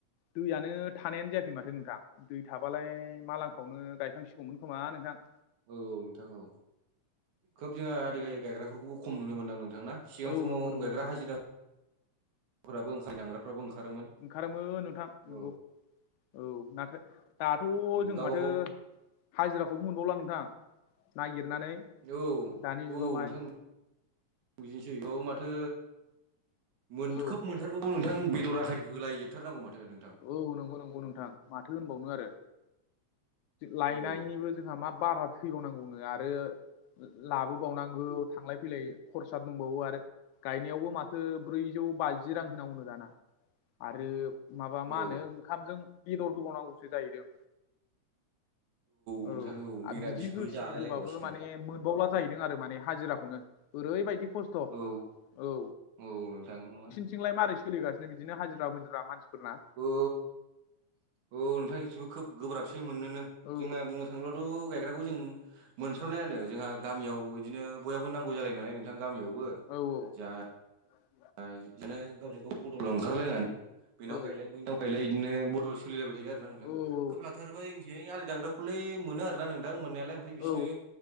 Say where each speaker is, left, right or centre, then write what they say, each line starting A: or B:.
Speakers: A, on the left; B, on the right.
A: दैयनो थानायानो जायाखै माथो नोंथां दै थाबालाय माालांखौनो गायखांसिगौमोन खोमा नोंथां
B: औ नोंथां औ खोब जोंहा देग्लाय गायग्राफोरखौबो खम नुनो मोनदां नोंथांना सिगां
A: औ
B: समाव
A: नंगौ नंगौ
B: गायग्रा
A: नोंथां
B: <unintelligible> हाजिराफोराबो ओंखाय दांग्राफ्राबो ओंखारोमोन
A: ओंखारोमो नोंथां
B: औ
A: नंगौ औ नाथथाय दाथ' जों
B: गावबा
A: माथो
B: गाव
A: हाजिराखौबो मोनबावला नोंथां नागिरनानै
B: औ
A: दानि जुगावहाय
B: औ नोंथां <unintelligible> बुजिनोसै औ माथो मोनखोब
A: औ
B: मोनथारबाबो नोंथां बेदर आखै होलायजोबथारनांगौ माथो नोंथां
A: औ नंगौ नंगौ नोंथां माथो होनबावनो आरो लायनायनिबो
B: औ
A: जोंहा मा बारा थैबावनांगौनो आरो लाबोबावनांगौ थांलाय फैलाय खरसा दंबावो आरो गायनायावबो माथो ब्रैजौ बाजि रां होनांगौनो दाना आरो माबा मा
B: औ
A: होनो ओंखामजों बेदर होबावनांगौसो जाहैदों
B: नोंथां
A: औ
B: मिरामिसखौ
A: आरो बिदि होसि
B: जालाय
A: होबाबो
B: लायबावासोनो
A: माने मोनबावला जाहैदों आरो माने हाजिराखौनो ओरैबायदि खस्थ'
B: औ
A: औ
B: औ नोंथां मा
A: बिदिलाय मारै सोलिगासिनो बिदिनो हाजिरा हुजिरा मानसिफोरना
B: औ औ नोंथांबो खोब गोब्राबसै मोननोनो
A: औ
B: जोंहा बुंनो थोंलथ' गायग्राखौ जों मोनफ्रामनायानो जोंहा गामियाव बिदिनो बयहाबो नांगौ जालायो नालाय नों बिथां गामियावबो
A: औ
B: जा
A: <unintelligible>
B: बिदिनो गावजों गाव बद'लाव ओंखारलायनानै बेनाव
A: औ
B: गायलाय बैनाव गायलाय बिदिनो बड'लाव सोलिलायबाय आरो ना नोंथां
A: औ
B: खोब लाथारोबा जोंथिंआलि दांग्राखौलै मोनो आरो ना नोंथां मोननायालाय ओमफ्राय बिसोरनो
A: औ